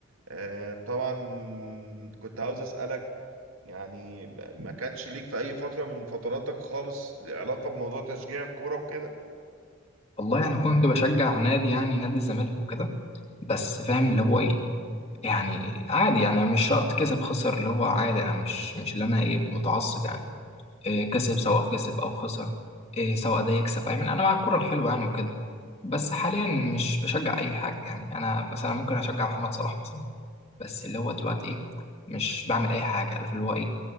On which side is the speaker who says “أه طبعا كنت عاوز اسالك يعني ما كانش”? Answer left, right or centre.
Right